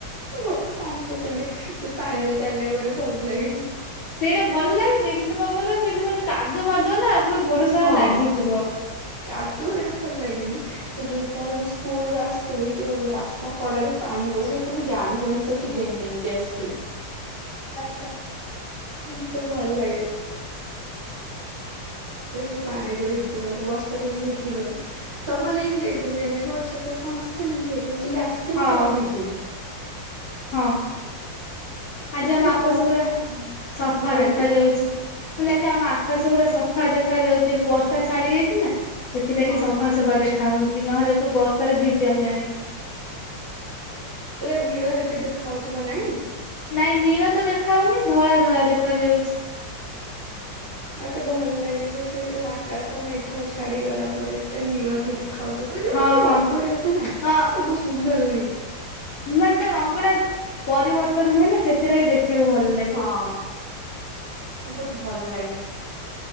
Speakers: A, on the right (about 50°); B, on the left (about 75°).
A: ମତେ ପାଣିରେ ସେମିତି ପାଣିରେ ଚାଲିଲ ଭଲ ଲାଗେ।
B: ସେଇଟା ଭଲ ଲାଗେ ଯେ କିନ୍ତୁ କଣ କହିଲ ସେଇ ଯଉ ମାନେ କାଦୁଅ ମାଦୁଅ ନା ଆଉ ଗୋଡ ସାରା
A: ହଁ
B: ଲାଗିଯିବ।
A: କାଦୁଅ ଗୁଡା ଭଲ ଲାଗେନି କିନ୍ତୁ ଯେତେବେଳେ ମୁଁ ସ୍କୁଲ ରୁ ଆସିଥିବି ଯୋଉ ରାସ୍ତା କଡାରେ ପାଣି ଗୁଡା ହେଇଛି ତ ମୁଁ ଜାଣିିଶୁଣି ସେଠି ଡେଇଁ ଡେଇଁ କି ଆସୁଥିବି।
B: ଆଚ୍ଛା।
A: ମତେ ତ ଭଲ ଲାଗେ।
B: ହଉ
A: ସେ ଯୋଉ ପାଣି ରେ ଭିଜିବାକୁ ବର୍ଷାରେ ବି ଭିଜିବାକୁ। ସବୁ ନେଇକି ଯାଇଥିବୁ ରେନିକୋଟ ଛତା ସମସ୍ତେ ନେଇକି ଯାଇଥିବୁ କିନ୍ତୁ ଆସିଥିବୁ
B: ହଁ
A: ସବୁ ଭିଜିକି।
B: ହଁ
A: ତ
B: ଆଜି
A: ଖାଲି
B: ଆମ ଆକାଶ
A: ବ ହଁ
B: ପୁରା ସଫା
A: କହିଲେ
B: ଦେଖା ଯାଉଛି। ମୁଁ କହିଲି ଯେ ଆମ ଆକାଶ ପୁରା ସଫା ଦେଖା ଯାଉଛି ଏବେ ବର୍ଷା ଛାଡି ଯାଇଛି ନା। ସେଥିଲାଗି
A: ହଁ
B: ସଫା ସଫା ଦେଖା ହଉଛି ନହେଲେ ତୁ ବର୍ଷାରେ ଭିଜନ୍ତାଣି।
A: ପୁରା ନୀଳ ଏବେ ଦେଖା ହଉଥିବ ନାଇଁ।
B: ନାଇଁ ନୀଳ ତ ଦେଖାହଉନି ଧଳା ଧଳା ଦେଖା ଯାଉଛି।
A: ମତେ ଭଲ ଲାଗେ ସେ ସେଉ ଆକାଶ ମେଘ ଛାଡିଗଲା ପରେ ପୁରା ନୀଳ ଯୋଉ ଦେଖା ଖାଉଥିବ ପୁରା ଯୋଉ
B: ହଁ
A: ଗୋଟେ
B: ହଁ
A: ରଙ୍ଗଟେ ଆସେ ନା
B: ହଁ
A: ଟା ବହୁତ ସୁନ୍ଦର ଲାଗେ।
B: ମାନେ ତା ରଙ୍ଗ ଟା ପରିବର୍ତ୍ତନ ହୁଏ ନା ସେଥିଲାଗି ଦେଖିବାକୁ ଭଲ ଲା
A: ହଁ ଆଉ ବହୁତ ଭଲ ଲାଗେ।